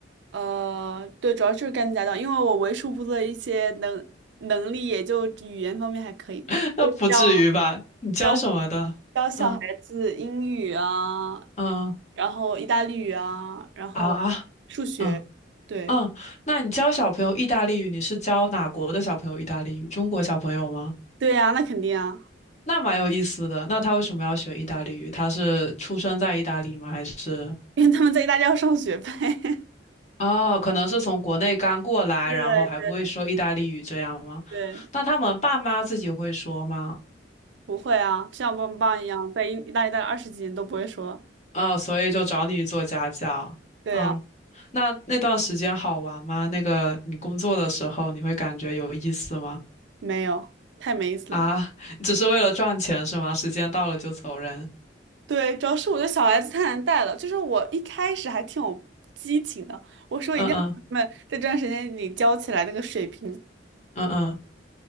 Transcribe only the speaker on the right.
呃，对，主要就是干家教，因为我为数不多的一些能能力，也就语言方面还可以，
教
教教小孩子英语啊，
然后意大利语啊，然后数学，
对，
对呀，那肯定啊，
因为他们在意大利要上学呗。<laughs>
对
对，
不会啊，像我爸爸一样，在意意大利待了二十几年都不会说，
对啊，
没有，太没意思了。
对，主要是我觉得小孩子太难带了。就是我一开始还挺有激情的，我说一定要把他们在这段时间里教起来那个水平。